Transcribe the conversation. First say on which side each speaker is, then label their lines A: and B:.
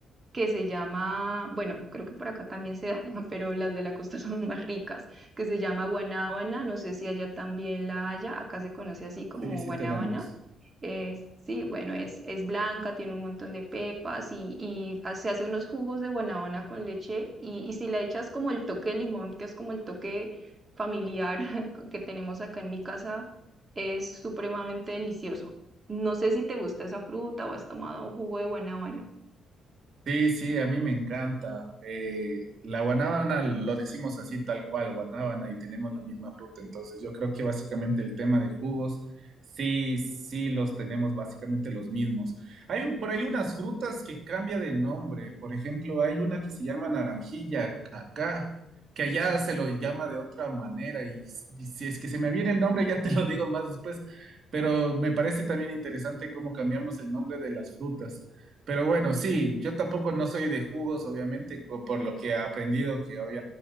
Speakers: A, on the right; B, on the right.
A: que se llama, bueno, creo que por acá también se da, <laughs> pero las de la costa son más ricas, que se llama guanábana, no sé si allá también la haya, acá se conoce así como
B: Sí, sí
A: guanábana.
B: tenemos.
A: Es- sí, bueno, es, es blanca, tiene un montón de pepas y, y ha- se hace unos jugos de guanábana con leche y, y si le echas como el toque de limón, que es como el toque familiar <laughs> que tenemos acá en mi casa, es supremamente delicioso. No sé si te gusta esa fruta o has tomado jugo de guanábana
B: Sí, sí, a mí me encanta. Eh, la guanábana lo decimos así tal cual, guanábana, y tenemos la misma fruta. Entonces yo creo que básicamente el tema de jugos, sí, sí los tenemos básicamente los mismos. Hay un- por ahí unas frutas que cambia de nombre. Por ejemplo, hay una que se llama naranjilla acá, que allá se lo llama de otra manera. Y, s- y si es que se me viene el nombre, ya te lo digo más después. Pero me parece también interesante cómo cambiamos el nombre de las frutas. Pero bueno, sí, yo tampoco no soy de jugos, obviamente, co- por lo que he aprendido, que hoy